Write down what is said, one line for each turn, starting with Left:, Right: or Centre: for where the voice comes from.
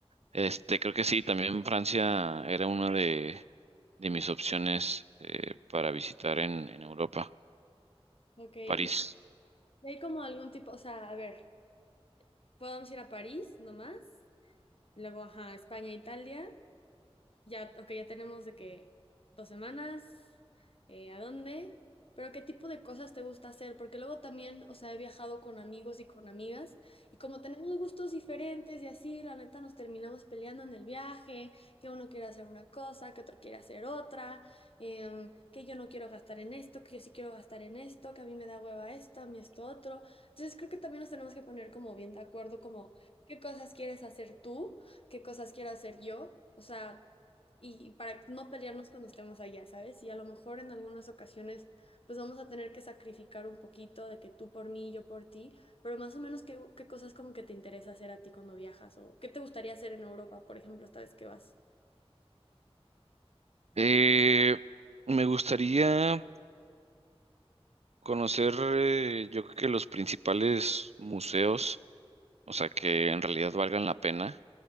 Right: este, creo que sí, también Francia era una de, de mis opciones eh, para visitar en, en Europa,
Left: Ok, y
Right: París.
Left: y hay como algún tipo, o sea, a ver, podemos ir a París nomás, luego, ajá, España, Italia. Ya, ok, ya tenemos de que dos semanas, eh, ¿a dónde? Pero ¿qué tipo de cosas te gusta hacer? Porque luego también, o sea, he viajado con amigos y con amigas y como tenemos gustos diferentes y así, la neta nos terminamos peleando en el viaje, que uno quiere hacer una cosa, que otro quiere hacer otra, em, que yo no quiero gastar en esto, que yo sí quiero gastar en esto, que a mí me da hueva esto, a mí esto otro. Entonces creo que también nos tenemos que poner como bien de acuerdo, como qué cosas quieres hacer tú, qué cosas quiero hacer yo. O sea, y para no pelearnos cuando estemos allá, ¿sabes? Y a lo mejor en algunas ocasiones pues vamos a tener que sacrificar un poquito de que tú por mí, yo por ti, pero más o menos qué, qué cosas como que te interesa hacer a ti cuando viajas o qué te gustaría hacer en Europa, por ejemplo, esta vez que vas.
Right: Eh, me gustaría conocer, eh, yo creo que los principales museos, o sea, que en realidad valgan la pena.